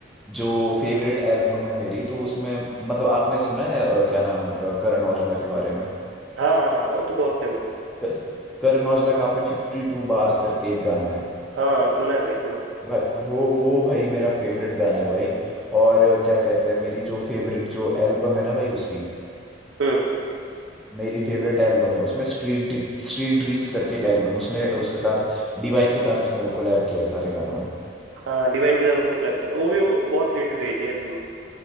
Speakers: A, in the centre; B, on the right (about 85°).
A: जो फेवरेट एल्बम है मेरी तो उसमें मतलब आपने सुना है अ, क्या नाम अ, करण औजला के बारे में
B: हाँ हाँ, वो तो बहुत फेमस है
A: क- करण औजला का आपने फिफ्टी टू बार्स करके एक गाना है
B: हाँ सुना है भाई सुना है
A: भाई वो वो भाई मेरा फेवरेट गाना है भाई और क्या कहते हैं मेरी जो फेवरेट जो एल्बम है ना भाई उसकी
B: हम्म
A: मेरी फेवरेट एल्बम है उसमें स्ट्रीट स्ट्रीट ड्रीम्स करके एक एल्बम उसने उसके साथ डिवाइन के साथ उसमें कोलैब किया है सारे गानों में
B: हाँ डिवाइन के साथ उसने collab किया था वो भी बहुत हिट गई थी एल्बम